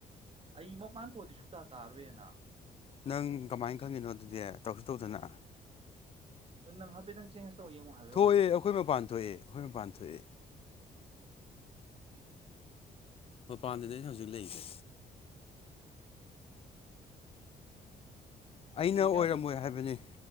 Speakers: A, on the right; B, on the left.
A: ꯑꯩ ꯃꯄꯥꯟ ꯊꯣꯛꯑꯗꯤ ꯁꯨꯡꯇꯥ ꯇꯥꯔꯣꯏꯅꯪ
B: ꯅꯪ ꯀꯃꯥꯏꯅ ꯈꯪꯉꯤꯅꯣ ꯑꯗꯨꯗꯤ ꯇꯧꯁꯨ ꯇꯧꯗꯅ
A: ꯑꯗꯨ ꯅꯪ ꯍꯥꯏꯐꯦꯠꯇꯪ ꯆꯦꯟꯖ ꯇꯧꯧꯕ ꯌꯦꯡꯉꯣ ꯍꯥꯏꯕꯒꯤ
B: ꯊꯣꯛꯑꯦ
A: ꯋꯥꯅꯤ
B: ꯑꯩꯈꯣꯏ ꯃꯄꯥꯟ ꯊꯣꯛꯑꯦ ꯑꯩꯈꯣꯏ ꯃꯄꯥꯟ ꯊꯣꯛꯑꯦ
A: <inaudible>
B: ꯃꯄꯥꯟꯗꯅꯦ ꯑꯩꯅ ꯍꯧꯖꯤꯛ ꯂꯩꯁꯦ ꯑꯩꯅ
A: ꯄꯨꯡ
B: ꯑꯣꯏꯔꯝꯃꯣꯏ
A: ꯀꯌꯥ ꯆꯠꯇꯣꯏ
B: ꯍꯥꯏꯕꯅꯤ